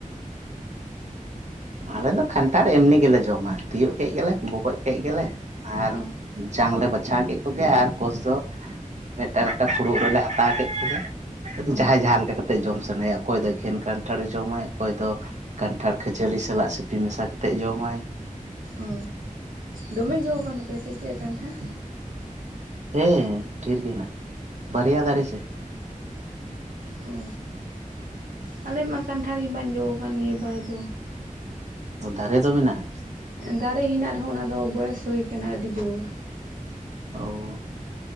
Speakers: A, on the right (about 55°); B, on the right (about 80°).
A: ᱟᱞᱮ ᱫᱚ ᱠᱷᱟᱱᱴᱟᱲ ᱮᱢᱱᱤ ᱜᱮᱞᱮ ᱡᱚᱢᱟ ᱛᱤᱭᱳᱜ ᱠᱮᱫ ᱜᱮᱞᱮ ᱵᱚᱜᱚᱡ ᱠᱮᱫ ᱜᱮᱞᱮ᱾ ᱟᱨ
B: ᱚ
A: ᱡᱟᱝ ᱞᱮ ᱵᱟᱪᱷᱟᱣ ᱠᱮᱫ ᱠᱚ ᱜᱮ ᱟᱨᱼᱼ ᱠᱳᱥ ᱫᱚ ᱢᱤᱫᱴᱟᱝ ᱢᱤᱫᱴᱟᱝ ᱯᱷᱩᱲᱩᱜ ᱨᱮ ᱞᱮ ᱦᱟᱛᱟᱣ ᱠᱮᱫ ᱠᱚ ᱜᱮ ᱟᱫᱚ
B: ᱚ
A: ᱡᱟᱦᱟᱸᱭ ᱡᱟᱦᱟᱸ ᱞᱮᱠᱟ ᱠᱟᱛᱮᱼᱼ ᱛᱮᱜ ᱡᱚᱢ ᱥᱟᱱᱟᱭᱮᱭᱟ ᱚᱠᱚᱭ ᱫᱚ ᱮᱠᱷᱮᱱ ᱠᱟᱱᱴᱷᱟᱲᱮ ᱡᱚᱢᱟᱭ ᱚᱠᱚᱭ ᱫᱚ ᱠᱟᱱᱴᱷᱟᱲ ᱠᱷᱟᱹᱡᱟᱹᱲᱤ᱾ ᱥᱟᱞᱟᱜ ᱥᱤᱯᱤ ᱢᱮᱥᱟ ᱠᱟᱛᱮᱫ ᱡᱚᱢᱟᱭ᱾
B: ᱚ ᱫᱚᱢᱮ ᱡᱚ ᱟᱠᱟᱱ ᱛᱟᱯᱮᱭᱟ ᱥᱮ ᱪᱮᱫ ᱠᱟᱱᱴᱷᱟᱲ?
A: ᱦᱮᱸ ᱰᱷᱮᱨ ᱜᱮ ᱦᱮᱱᱟᱜ-ᱟ, ᱵᱟᱨᱭᱟ ᱫᱟᱨᱮ ᱥᱮ।
B: ᱚ ᱟᱞᱮ ᱢᱟ ᱠᱟᱱᱴᱷᱟᱲ ᱜᱮ ᱵᱟᱝ ᱡᱚ ᱟᱠᱟᱱ ᱱᱤᱭᱟᱹ ᱵᱟᱨ ᱫᱚ।
A: ᱚ ᱫᱟᱨᱮ ᱫᱚ ᱢᱮᱱᱟᱜ-ᱟ?
B: ᱫᱟᱨᱮ ᱦᱮᱱᱟᱜ ᱨᱮᱦᱚᱸ ᱚᱱᱟ ᱫᱚ ᱵᱚᱭᱮᱥ ᱦᱩᱭ ᱟᱠᱟᱱᱟ ᱟᱹᱰᱤ ᱡᱳᱨ।
A: ᱚ